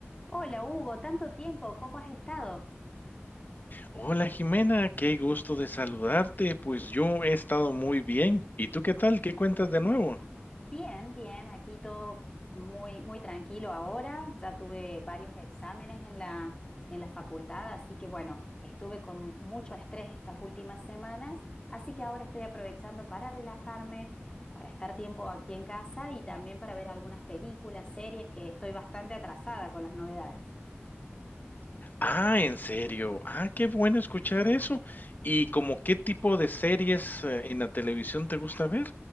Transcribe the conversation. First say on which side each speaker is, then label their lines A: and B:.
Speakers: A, on the left (about 20°); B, on the left (about 40°).
A: Hola Hugo, tanto tiempo, ¿cómo has estado?
B: Hola Jimena, qué gusto de saludarte. Pues yo he estado muy bien. ¿Y tú qué tal? ¿Qué cuentas de nuevo?
A: Bien, bien, aquí todo muy, muy tranquilo ahora. Ya tuve varios exámenes en la, en la facultad, así que bueno, estuve con mucho estrés estas últimas semanas, así que ahora estoy aprovechando para relajarme, para estar tiempo aquí en casa y también para ver algunas películas, series, que estoy bastante atrasada con las novedades.
B: Ah, en serio. Ah, qué bueno escuchar eso. ¿Y como qué tipo de series eh, en la televisión te gusta ver?